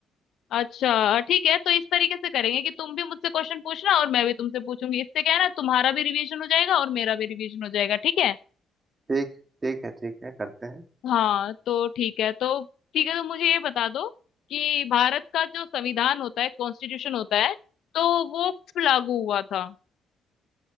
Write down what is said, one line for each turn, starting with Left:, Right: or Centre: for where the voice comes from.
Left: अच्छा ठीक है तो इस तरीके से करेंगे कि तुम भी मुझसे क्वेश्चन पूछना और मैं भी तुमसे पूछूंगी इससे क्या है ना तुम्हारा भी रिवीजन हो जाएगा और मेरा भी रिवीजन हो जाएगा ठीक है
Right: ठीक ठीक है ठीक है करते हैं
Left: हाँ तो ठीक है तो ठीक है तो मुझे ये बता दो कि भारत का जो संविधान होता है कॉन्स्टिट्यूशन होता है तो वो कब लागू हुआ था